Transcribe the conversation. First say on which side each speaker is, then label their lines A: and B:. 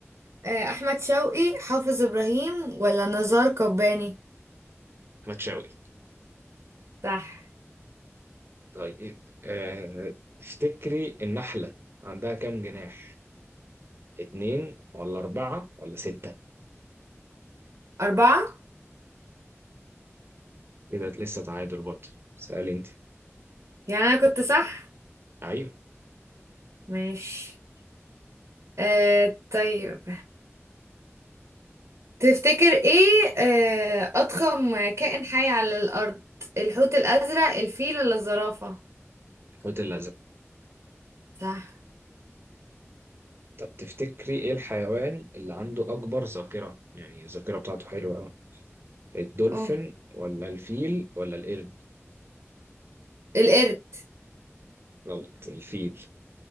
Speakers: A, on the right; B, on the right.
A: آه، أحمد شوقي حافظ إبراهيم ولا نزار قباني
B: ما تشاوي
A: صح
B: طيب آه... افتكري النحلة عندها كام جناح اتنين ولا أربعة ولا ستة
A: أربعة
B: كده لسه تعادل برضه سأل انت
A: يعني أنا كنت صح
B: ايوه
A: ماشي آه طيب تفتكر إيه آه، أضخم كائن حي على الأرض الحوت الأزرق الفيل ولا الزرافة
B: الحوت الازرق
A: صح
B: طب تفتكري ايه الحيوان اللي عنده اكبر ذاكرة يعني الذاكرة بتاعته حلوة قوي الدولفين
A: مم.
B: ولا الفيل ولا القرد
A: القرد
B: غلط الفيل